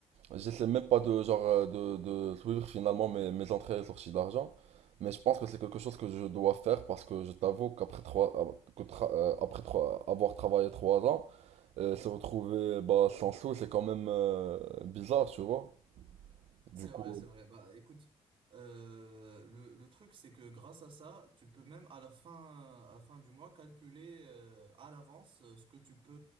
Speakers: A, on the right (about 80°); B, on the right (about 50°).
A: j'essaie même pas de genre euh, de, de suivre finalement mes, mes entrées et sorties d'argent. Mais je pense que c'est quelque chose que je dois faire parce que je t'avoue qu'après trois, euh, que tra- euh, après trois, avoir travaillé trois ans, euh, se retrouver bah, sans sous, c'est quand même euh, bizarre, tu vois. Du
B: C'est
A: coup,
B: vrai, c'est vrai. Bah, écoute, euh, le, le truc, c'est que grâce à ça, tu peux même à la fin, à la fin du mois calculer euh, à l'avance euh, ce que tu peux,